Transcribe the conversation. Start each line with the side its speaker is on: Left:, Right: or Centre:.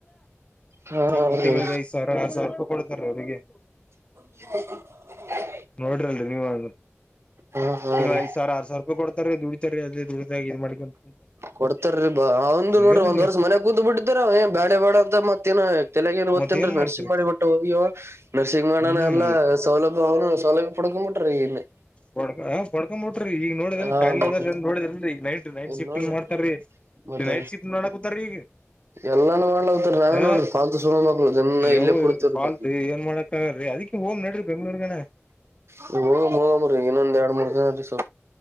Right: ಹಾ
Left: ತಿಂಗ್
Right: ರೀ
Left: ತಿಂಗಳಿಗೆ ಐದ್ ಸಾವಿರ ಆರ್ ಸಾವಿರ ರೂಪಾಯಿ ಕೊಡ್ತಾರೆ ಅವ್ರರಿಗೆ.
Right: <unintelligible>
Left: ನೋಡ್ರಲ್ರಿ ನೀವಾದ್ರೂನೂ
Right: ಹಾ ಹಾ
Left: ತಿಂಗಳ
Right: ರೀ
Left: ಐದ್ ಸಾವಿರ ಆರ್ ಸಾವಿ ದುಡ್ಡುಕೊಡ್ತಾರೆ ದುಡಿತಾರೆ <unintelligible> ಮಾಡ್ಕೊಂಡು
Right: ಕೊಡ್ತರೀ ಬಾ ಅವಂದು
Left: ಹಿಂಗದ್ರಿ
Right: ನೋಡ್ರಿ ಒಂದ್ ವರ್ಷ ಮನೆಯ ಕುೂತ್ ಬಿಟ್ಟಿದಾರ ಅವ ಏ ಬ್ಯಾಡ ಬೇಡ ಅಂತ ಮತ್ತೇ ಏನ ತೆಲುಗುನ ಓತ್ತನೆ
Left: ಮತ್ ಏನ್
Right: ನರ್ಸಿಂಗ್
Left: ಮಾಡ್ತರಿ
Right: ಮಾಡಿಬಿಟ್ಟು ಹೋಗ್ಯಿ ನರ್ಸಿಂಗ್ ಮಾಡೋಣ
Left: ಹ್ಮ್
Right: ಅನ್ನೋ
Left: ರೀ
Right: ಸೌಲಭ್ಯ ಅ ಅವನ ಸೌಲಭ್ಯ ಕೊಡ ಉನ್ರೀ ಇಲ್ಲಿ.
Left: ವಡ್ಕ ಹೊಡುಕೊಂಡು ಬಿಟ್ರು ಇಲ್ಲಿ ನೋಡಿದ್ರ
Right: ಹ
Left: ಕಾಯಿಲೆ
Right: ಮತ್
Left: ನೋಡಿದ್ರ್ರ ಈಗ ನೈ ನೈಟ್
Right: ಇನ್
Left: ಶಿಫ್ಟಿಂಗ್
Right: ನೋಡ್ರಿ
Left: ಮಾಡ್ತರಿ
Right: ಮತ್ತ
Left: ನೈಟ್ ಶಿಫ್ಟ್ ಮಾಡೋಕತರೀ ಈಗಿ.
Right: ಎಲ್ಲಾನು ಮಾಡ್ಲತಾರ ನಾವೇ
Left: ಯ,
Right: ನೋಡ್ರಿ ಫಾಲ್ತು ಸುಳ ಮಕ್ಳು ಜನ್ನ
Left: ಯಾವುರಿ
Right: ಇಲ್ಲೇ ಕುಡ್ತವ್ರಿ
Left: ಕಾಲ್
Right: ಮತ್
Left: ಏನ್ ಮಾಡಕ್ಕ್ ಆಗಲ್ರಿ ಅ ಇದುಕ್ಕೆ ಹೋಗು ನಡಿರಿ ಬೆಂಗಳೂರುಗೆನೆ.
Right: ಹ ಮೋಗರಿ ಇನ್ನೊಂದ್ ಎರಡು ಮೂರ್ ದಿನ ದಿವಸ.